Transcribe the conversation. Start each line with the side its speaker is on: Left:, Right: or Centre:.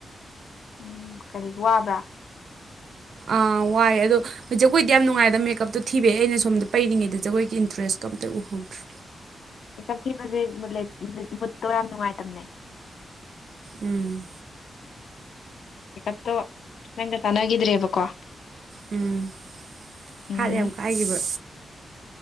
Left: ꯎꯝ ꯀꯔꯤ ꯋꯥꯕ꯭ꯔꯥ
Right: ꯑꯥ ꯋꯥꯏ ꯑꯗꯣ ꯍꯣꯏ ꯖꯒꯣꯏꯗꯤ ꯌꯥꯝ ꯅꯨꯡꯉꯥꯏꯗ ꯃꯦꯀꯞꯇꯣ ꯊꯤꯕꯩ ꯑꯩꯅꯣꯝꯗ ꯄꯔꯤꯉꯩꯗ ꯖꯒꯣꯏꯒꯤ ꯏꯟꯇꯔꯦꯁ ꯀꯝꯇ ꯎꯍꯧꯗ꯭ꯔꯦ
Left: ꯃꯦꯀꯞ ꯊꯤꯕꯁꯦ ꯃꯨꯠꯇꯣ ꯌꯥꯝ ꯅꯨꯡꯉꯥꯏꯇꯕꯅꯦ
Right: ꯎꯝ
Left: ꯄꯤꯀꯞꯇꯣ ꯅꯪꯒ ꯆꯥꯟꯅꯈꯤꯗ꯭ꯔꯦꯕꯀꯣ
Right: ꯎꯝ
Left: ꯎꯝ
Right: ꯍꯥꯔ ꯌꯥꯝ ꯀꯥꯏꯈꯤꯕ